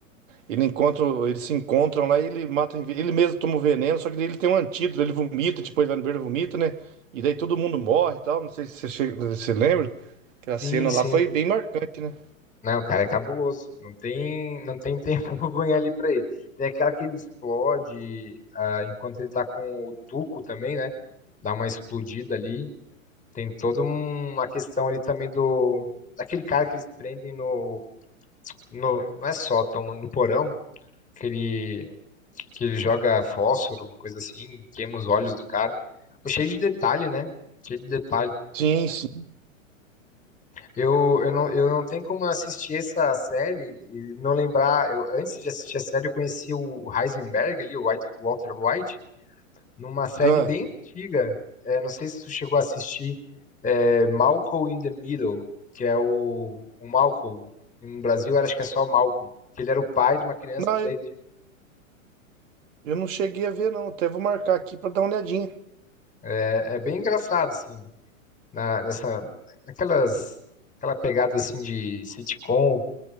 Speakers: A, on the right; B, on the left.
A: ele encontra, eles se encontram lá e ele mata, ele mesmo toma o veneno, só que daí ele tem um antídoto, ele vomita, tipo, ele vai no beiro e vomita, né? E daí todo mundo morre e tal, não sei se você, che- você lembra, que a cena
B: Sim, sim.
A: lá foi bem marcante, né?
B: Não, o cara é cabuloso. Não tem, não tem tempo <laughs> ruim ali pra ele. Tem aquela que ele explode ah, enquanto ele tá com o Tuco também, né? Dá uma explodida ali. Tem toda um- uma questão ali também do. Daquele cara que eles prendem no. no não é sótão, no porão. que ele, que ele joga fósforo, uma coisa assim, queima os olhos do cara. Cheio de detalhe, né? Cheio de detalhe.
A: Sim, sim.
B: Eu, eu, não, eu não tenho como assistir essa série e não lembrar. Eu, antes de assistir a série, eu conheci o Heisenberg ali, o White- o Walter White, numa série
A: Ah,
B: bem antiga. É, não sei se tu chegou a assistir é, Malcolm in the Middle, que é o, o Malcolm. No Brasil, acho que é só Malcolm. Que ele era o pai de uma criança.
A: não, eu,
B: daí,
A: eu não cheguei a ver, não, até vou marcar aqui pra dar uma olhadinha.
B: É, é bem engraçado, assim. na, nessa, naquelas, aquela pegada assim de sitcom,